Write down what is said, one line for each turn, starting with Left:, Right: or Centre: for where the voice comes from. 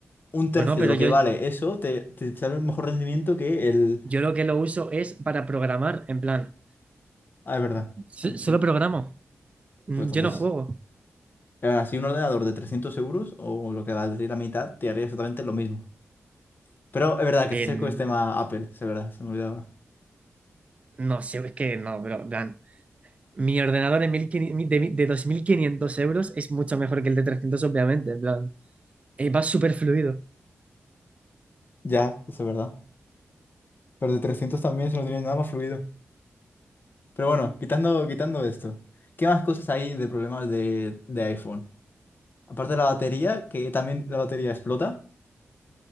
Left: un
Right: Bueno,
Left: tercio
Right: pero
Left: de lo
Right: yo,
Left: que vale eso te, te sale un mejor rendimiento que el...
Right: yo lo que lo uso es para programar, en plan,
Left: Ah, es verdad.
Right: so-
Left: Ah, sí.
Right: solo programo, Mm,
Left: Pues entonces,
Right: yo no juego.
Left: aún así, un ordenador de 300 euros o lo que valdría la mitad te haría exactamente lo mismo. Pero es verdad que
Right: En-
Left: este es el ecosistema Apple, es verdad, se me olvidaba.
Right: no sé, es que no, bro, en plan, mi ordenador en 1500 de, mi- de 2.500 euros es mucho mejor que el de 300 obviamente, en plan, eh, va súper fluido.
Left: Ya, eso es verdad. Pero de 300 también, si no tienes nada más fluido. Pero bueno, quitando, quitando esto, ¿qué más cosas hay de problemas de, de iPhone? Aparte de la batería, que también la batería explota.